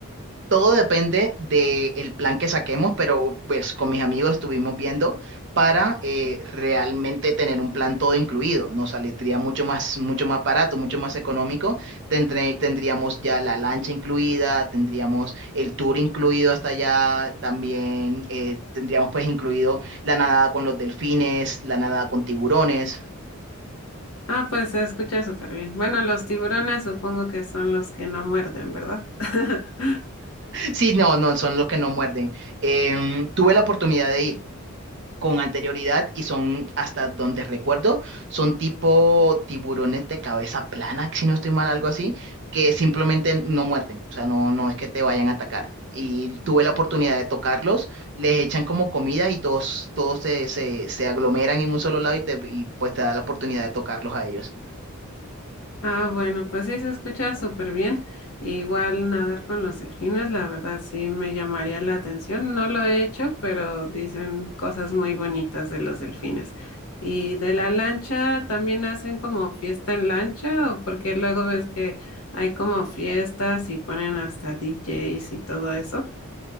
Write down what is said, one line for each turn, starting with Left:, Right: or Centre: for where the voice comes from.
Right: Todo depende del plan que saquemos, pero pues con mis amigos estuvimos viendo para eh, realmente tener un plan todo incluido. Nos saldría mucho más, mucho más barato, mucho más económico. Tendré- tendríamos ya la lancha incluida, tendríamos el tour incluido hasta allá, también eh, tendríamos pues incluido la nadada con los delfines, la nadada con tiburones. <laughs>
Left: Ah, pues se escucha súper bien. Bueno, los tiburones supongo que son los que no muerden, ¿verdad? <laughs>
Right: Sí, no, no, son los que no muerden. Em, tuve la oportunidad de ir. con anterioridad y son, hasta donde recuerdo, son tipo tiburones de cabeza plana, si no estoy mal, algo así, que simplemente no muerden, o sea, no, no es que te vayan a atacar. Y tuve la oportunidad de tocarlos, les echan como comida y todos, todos se, se, se aglomeran en un solo lado y, te, y pues te da la oportunidad de tocarlos a ellos.
Left: Ah, bueno, pues sí, se escucha súper bien. Igual nadar con los delfines, la verdad sí me llamaría la atención. No lo he hecho, pero dicen cosas muy bonitas de los delfines. Y de la lancha, ¿también hacen como fiesta en lancha? ¿O porque luego ves que hay como fiestas y ponen hasta DJs y todo eso?